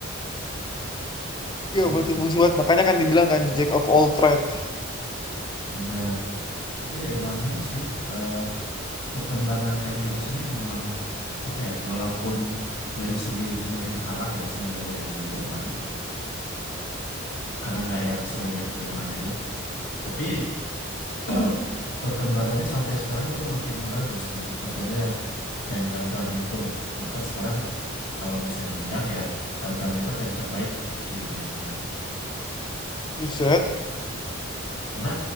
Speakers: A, on the left (about 20°); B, on the left (about 80°).
A: Iya,
B: Hmm,
A: multifungsi banget. Makanya kan dibilang kan Jack of all trades.
B: bener eh emang ini sih eh, perkembangan tank US ini memang apa ya walaupun dari segi engineering kalah ya sebenarnya dari Jerman karena nggak yang serumit Jerman itu tapi <clears throat> perkembangannya sampai sekarang itu makin bagus kayak contohnya tank Abram itu bahkan sekarang kalau bisa dibilang ya Abram itu tank terbaik di dunia sekarang
A: Buset.
B: karena